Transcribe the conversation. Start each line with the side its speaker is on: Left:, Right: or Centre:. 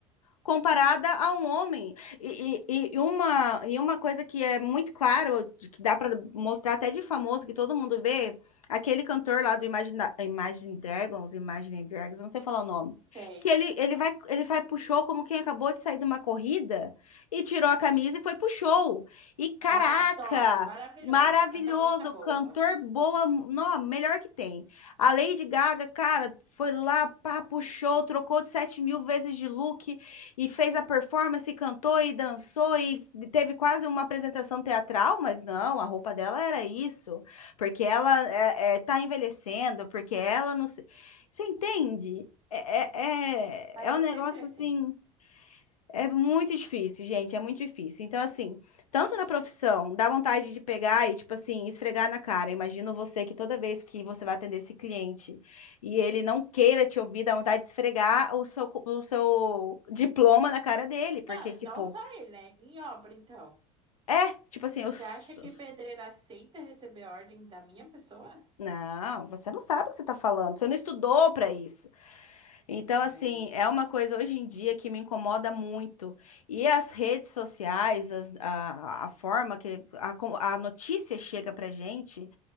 Left: comparada a um homem. E, e- e uma, e uma coisa que é muito claro, que dá para mostrar até de famoso, que todo mundo vê, aquele cantor lá do Imagine, Imagine Dragons, Imagine Dragons, eu não sei falar
Right: Uhum,
Left: o nome,
Right: sei.
Left: que ele, ele vai, ele vai pro show como quem acabou de sair de uma corrida e tirou a camisa e foi pro show. E caraca!
Right: Ah, top, maravilhoso,
Left: Maravilhoso,
Right: canta música boa.
Left: cantor boa, não, melhor que tem. A Lady Gaga, cara, foi lá, pá, puxou, trocou de 7 mil vezes de look, e fez a performance, e cantou e dançou e teve quase uma apresentação teatral, mas não, a roupa dela era isso, porque ela é, é, tá envelhecendo, porque ela não. se- Você entende? É, é,
Right: Mas
Left: é é
Right: é
Left: um negócio
Right: sempre assim.
Left: assim. É muito difícil, gente, é muito difícil. Então, assim, tanto na profissão, dá vontade de pegar e, tipo assim, esfregar na cara. Imagino você que toda vez que você vai atender esse cliente e ele não queira te ouvir, dá vontade de esfregar o seu, o seu diploma na cara dele, porque,
Right: Não,
Left: tipo,
Right: não só ele, né? Em obra, então.
Left: é, tipo assim, eu. s-
Right: Você acha que
Left: eu s-
Right: pedreiro aceita receber ordem da minha pessoa?
Left: Não, você não sabe o que você tá falando, você não estudou pra isso. Então,
Right: Não.
Left: assim, é uma coisa hoje em dia que me incomoda muito. E as redes sociais, as- a, a forma que a, co- a notícia chega pra gente,